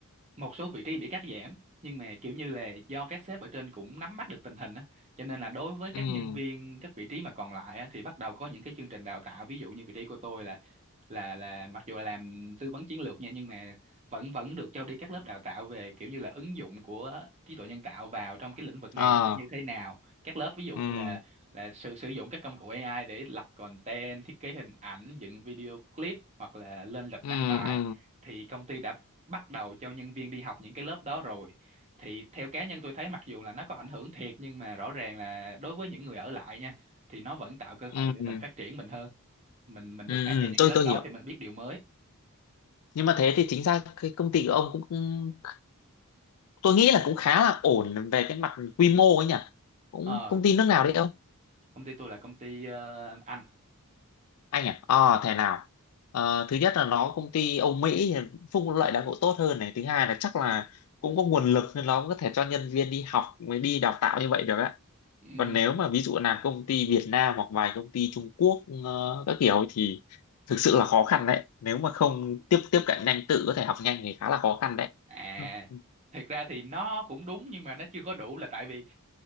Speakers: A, on the right (about 30°); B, on the left (about 80°).
A: một số vị trí bị cắt giảm nhưng mà kiểu như là do các sếp ở trên cũng nắm bắt được tình hình á cho nên là đối với các
B: ừ
A: nhân viên các vị trí mà còn lại á, thì bắt đầu có những cái chương trình đào tạo ví dụ như vị trí của tôi là là là mặc dù là làm tư vấn chiến lược nha nhưng mà vẫn vẫn được cho đi các lớp đào tạo về kiểu như là ứng dụng của trí tuệ nhân tạo vào trong cái lĩnh vực này
B: ờ
A: nó sẽ như thế nào các lớp ví dụ
B: ừ
A: như là là sử sử dụng các công cụ AI để lập content thiết kế hình ảnh dựng video clip hoặc là lên lịch
B: ừ
A: đăng bài
B: ừ
A: thì công ty đã bắt đầu cho nhân viên đi học những cái lớp đó rồi thì theo cá nhân tôi thấy mặc dù là nó có ảnh hưởng thiệt nhưng mà rõ ràng là đối với những người ở lại nha thì nó vẫn tạo cơ hội
B: ừ
A: để
B: ừ
A: mình phát triển mình hơn mình mình
B: ừ
A: được tham
B: ừ,
A: gia những
B: tôi
A: cái lớp
B: tôi
A: đó
B: hiểu
A: thì mình biết điều mới
B: nhưng mà thế thì chính ra cái công ty của ông cũng cũng- tôi nghĩ là cũng khá là ổn về cái mặt quy mô ấy nhỉ cũng
A: ờ
B: công ty nước nào đấy ông
A: công ty tôi là công ty ờ, Anh
B: anh à ờ thế nào Ờ, thứ nhất là nó công ty Âu Mỹ thì phúc lợi đãi ngộ tốt hơn này thứ hai là chắc là cũng có nguồn lực nên nó cũng có thể cho nhân viên đi học mới đi đào tạo như vậy được á
A: Ừm,
B: còn nếu mà ví dụ là công ty Việt Nam hoặc vài công ty Trung Quốc ờ, các kiểu thì thực sự là khó khăn đấy nếu mà không tiếp tiếp cận nhanh tự có thể học nhanh thì khá là khó khăn đấy
A: à
B: Ừ.
A: thiệt ra thì nó cũng đúng nhưng mà nó chưa có đủ là tại vì